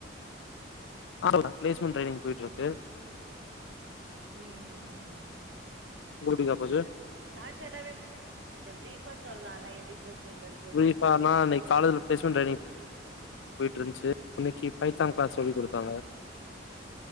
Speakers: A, on the left; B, on the right.
A: <inaudible> ப்ளேஸ்மெண்ட் ட்ரைனிங் போய்ட்ருக்கு
B: ம் ம் ம் ம்
A: உங்களுக்கு எப்டிக்கா
B: அப்டிங்ளா
A: போச்சு
B: ஷாட் ஷாட்டாவே <inaudible> ப்ரீஃபா சொல்லா ல எப்டி போச்சுன்றது பிளேஸ்மெண்ட்டு
A: ப்ரீஃபானா இன்னைக் காலேஜ்ல ப்ளேஸ்மென்ட் ட்ரைனிங் போய்ட்ருந்ச்சு இன்னக்கி பைத்தான் க்ளாஸ் சொல்லிக்
B: ம்
A: குடுத்தாங்க